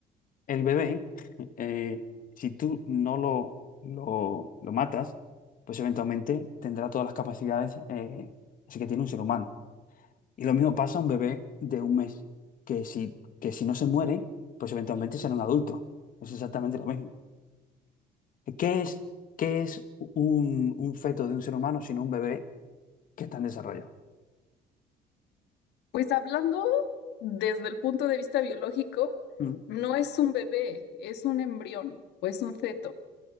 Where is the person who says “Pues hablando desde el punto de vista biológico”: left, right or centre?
Left